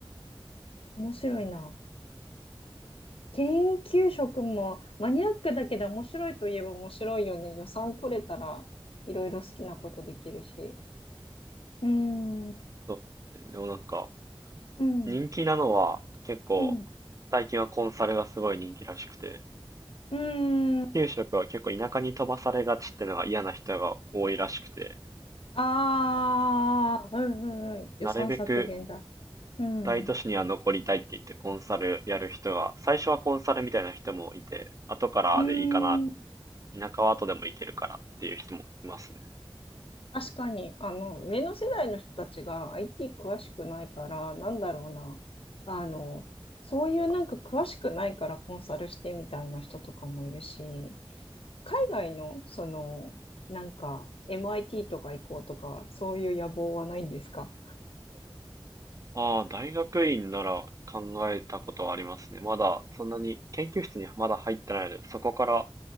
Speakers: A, on the left; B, on the right.
A: 面白いな。研究職もマニアックだけど面白いといえば面白いよね。予算取れたらいろいろ好きなことできるし。うん。う
B: そうでもなんか、
A: ん。
B: 人気なのは結構、
A: うん。
B: 最近はコンサルがすごい人気らしくて、
A: うーん。
B: 研究職は結構田舎に飛ばされがちってのが嫌な人が多いらしくて、
A: ああ、うんうんうん。予算削減だ。
B: なるべく
A: うん。
B: 大都市には残りたいって言ってコンサルやる人が、
A: う
B: 最初はコンサルみたいな人もいて、後からでいいかな、
A: ーん。
B: 田舎は後でも行けるからっていう人もいますね。
A: 確かに、あの、上の世代の人たちが IT 詳しくないから、なんだろうな。あの、そういうなんか詳しくないからコンサルしてみたいな人とかもいるし、海外の、その、なんか MIT とか行こうとか、そういう野望はないんですか
B: ああ、大学院なら考えたことはありますね。まだそんなに研究室にまだ入ってないので、そこから